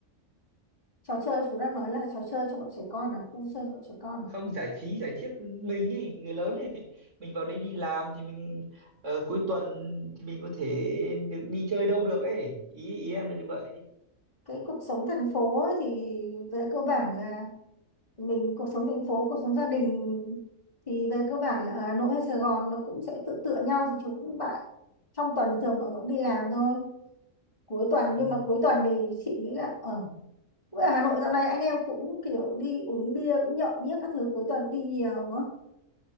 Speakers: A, on the left; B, on the right.
A: Trò chơi chú đang nói là trò chơi cho bọn trẻ con à, vui chơi cho bọn trẻ con à.
B: không giải trí giải chiếc mình ấy, người lớn ấy mình vào đây đi làm thì mình ờ, cuối tuần thì mình có thể được đi chơi đâu được ấy ý ý em là như vậy
A: Cái cuộc sống thành phố ấy thì về cơ bản là mình cuộc sống thành phố, cuộc sống gia đình thì về cơ bản là ở Hà Nội hay Sài Gòn nó cũng sẽ tự tựa nhau thì chú cũng bạn trong tuần thì thường mọi người cũng đi làm thôi. Cuối tuần
B: ừ.
A: nhưng mà cuối tuần thì chị nghĩ là ở ở Hà Nội dạo này anh em cũng kiểu đi uống bia cũng nhậu nhét các thứ cuối tuần đi nhiều đúng không?